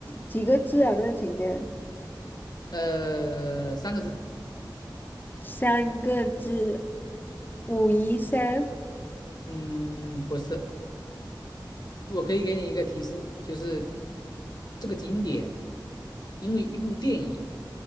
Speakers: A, on the left; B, on the left.
A: 几个字啊？那个景点
B: 呃，三个字，
A: 三个字，武夷山。
B: 嗯，不是，我可以给你一个提示，就是这个景点，因为一部电影